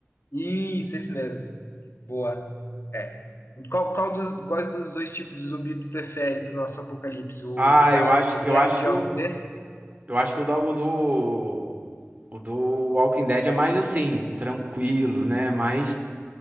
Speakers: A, on the left (about 65°); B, on the right (about 35°).
A: Isso, esse mesmo. Boa. É. Qual, qual dos, quais dos dois tipos de zumbi tu prefere pro nosso apocalipse? O
B: Ah,
A: da
B: eu acho, que-
A: Guerra
B: eu acho
A: Mundial
B: que o,
A: Z?
B: eu acho que o da- o do, o do Walking Dead é mais assim, tranquilo, né? Mas